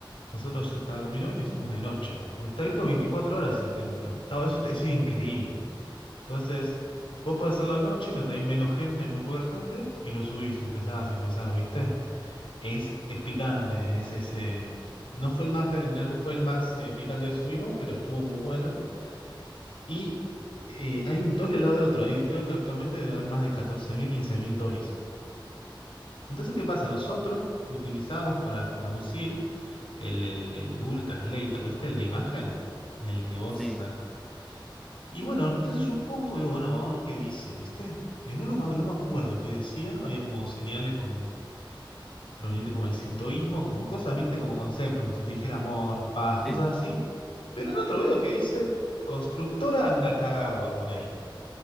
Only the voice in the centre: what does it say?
Sí,
Ah,
sí,
sí.